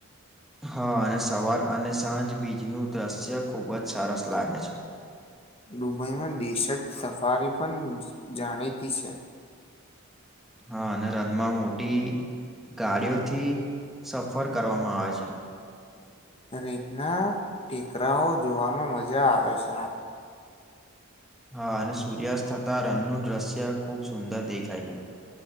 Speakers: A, in the centre; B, on the left (about 25°).
A: હા અને સવાર અને સાંજ બીજ નું દ્રશ્ય ખુબ જ સરસ લાગે છે
B: દુબઈમાં ડેેશર્ટ સફારી પણ જાણીતી છે
A: હા અને રનમાં મોટી ગાડીઓથી સફર કરવામાં આવે છે
B: રીતના ટેકરાઓ જોવામાં મજા આવે છે
A: હા અને સૂર્યાસ્તતા રંગનું દ્રશ્ય ખુબ સુંદર દેખાય છે